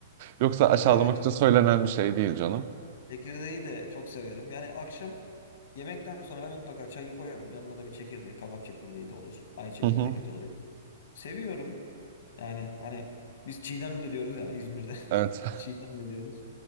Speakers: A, on the right (about 35°); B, on the left (about 60°).
A: Yoksa aşağılamak
B: evet
A: için söylenen bir şey değil canım.
B: çekirdeği de çok severim. Yani akşam yemekten sonra ben mutlaka çayı koyarım. Yanına da bir çekirdek, kabak çekirdeği de olur, ay çekirdeği
A: Hı hı.
B: de olur. Seviyorum. Yani hani biz Çiğdem de diyoruz ya İzmir'de.
A: Evet.
B: <laughs> Çiğdem de diyoruz.